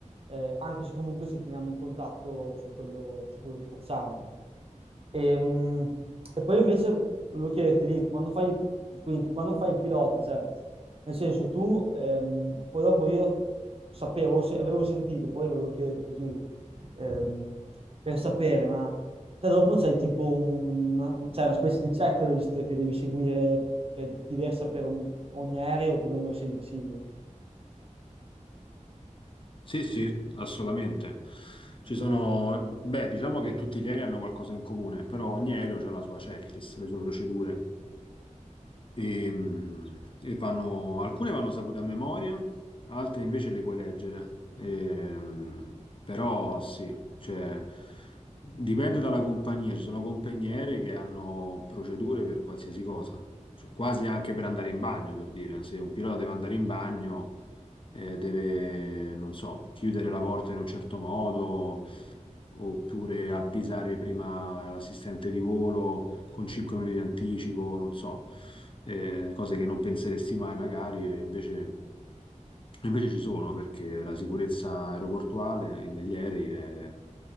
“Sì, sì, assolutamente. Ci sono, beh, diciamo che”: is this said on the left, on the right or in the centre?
Left